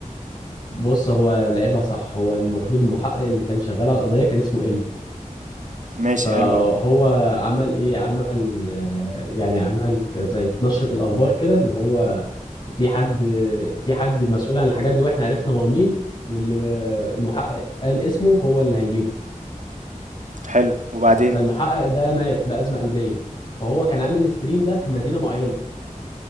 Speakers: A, on the left (about 40°); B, on the right (about 65°).
A: بص هو لعبها صح هو المفروض المحقق اللي كان شغال على القضيه كان اسمه ال
B: ماشي
A: فهو
B: حلو قوي
A: عمل ايه عمل آه، يعني عمل ك- زي نشرة الاخبار كده ان هو في حد في حد مسؤول عن الحاجات دي واحنا عرفنا هو مين واللي ب- المحقق قال اسمه هو اللي هيجيبه
B: حلو وبعدين
A: فالمحقق ده مات بأزمة قلبية فهو كان عامل الستريم ده في مدينة معينة